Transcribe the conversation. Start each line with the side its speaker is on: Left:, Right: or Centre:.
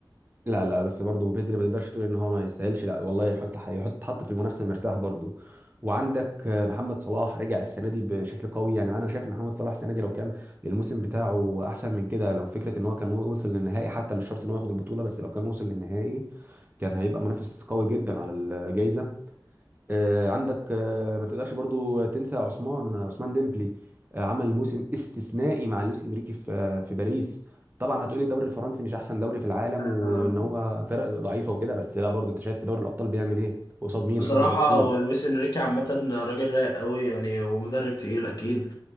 Right: لا لا بس برضه بيدري ما تقدرش تقول ان هو ما يستاهلش لا والله يحط يحط حط في المنافسه مرتاح برضه وعندك محمد صلاح رجع السنه دي بشكل قوي يعني انا شايف ان محمد صلاح السنه دي لو كان الموسم بتاعه احسن من كده لو فكره ان هو كان وصل للنهائي حتى مش شرط ان هو ياخد البطوله بس لو كان وصل للنهائي كان هيبقى منافس قوي جدا على الجائزه آه، عندك آه، ما تقدرش برضو تنسى عثمان عثمان ديمبلي آه، عمل موسم استثنائي مع لويس انريكي في آه، في باريس طبعا هتقولي الدوري الفرنسي مش احسن دوري في العالم وان
Left: فاهم؟
Right: هو فرق ضعيفه وكده بس لا برضو انت شايف في دوري الابطال بيعمل ايه قصاد مين
Left: بصراحة
Right: قصاد ليفربول
Left: هو لويس انريكي عامة راجل رايق قوي يعني ومدرب تقيل اكيد